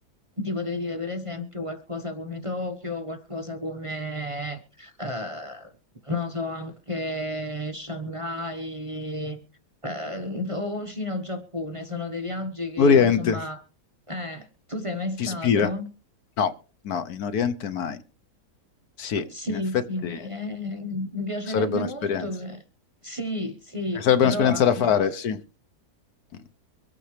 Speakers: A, on the right; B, on the left.
A: ti potrei dire per esempio qualcosa come Tokyo, qualcosa come, eh, non so, anche Shanghai, eh, o Cina o Giappone, sono dei viaggi che
B: Oriente,
A: insomma, eh, tu sei mai stato?
B: ti ispira? No, no, in Oriente mai. Sì,
A: Sì,
B: in effetti
A: sì, eh, mi piacerebbe
B: sarebbe un'esperienza.
A: molto, eh, sì, sì,
B: Sarebbe
A: però
B: un'esperienza
A: anche
B: da fare,
A: lì.
B: sì. Mm,